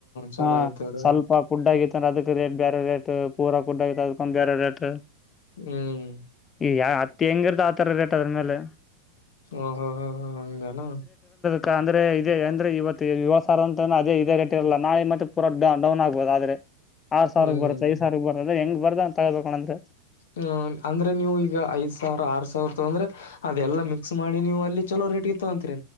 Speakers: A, on the left; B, on the left.
A: ಚಲೋ
B: ಹ
A: ಇದ್ದಾರ
B: ಸ್ವಲ್ಪ ಕುಡ್ ಆಗಿದ್ ತರ್ ಅದಕ್ ರೇಟ್ ಬ್ಯಾರೆ ರೇಟ ಪೂರ ಕುಡ್ಡ ಆ ಅದಕೊಂದ್ ಬ್ಯಾರೆ ರೇಟ.
A: ಹ್ಮ್
B: ಈಗ ಅತ್ತಿ ಹೆಂಗಿರ್ತಾ ಆತರ ರೇಟ್ ಅದ್ರ ಮೇಲೆ.
A: ಒ ಹ ಹ ಹಾ ಹಂಗೆನಾ.
B: ಕ ಅಂದ್ರೆ ಇದೆ ಅಂದ್ರೆ ಇವತ್ ದೆ ವಿವಸರ್ ಅಂತ ಅದೆ ಇದೇ ರೇಟ್ ಇರಲ್ಲ. ನಾಳೆ ಮತ್ತೆ ಪೂರಾ ಡೌನ್ ಆಗ್ಬೊದ್ ಆದ್ರೆ. <inaudible> ಆರ್ ಸಾವ್ರಕ್
A: ಹ್ಮ್
B: ಬರುತ್ತೆ ಐದ್ ಸಾವ್ರಕ್ ಬರದ ಹೆಂಗ್ ಬರ್ದ ಅಂತ್ ತಗಂಬೇಕ್ ಮತ್ತೆ.
A: ಹ್ಮ ಅಂದ್ರೆ ನೀವು ಈಗ ಐದ್ ಸಾವ್ರ ಆರ್ ಸಾವ್ರ ತಂದ್ರೆ ಅದೆಲ್ಲಾ ಮಿಕ್ಸ್ ಮಾಡಿ ನೀವು ಅಲ್ಲಿ ಚಲೋ ರೇಟ್ಗೆ ತಗಂತೀ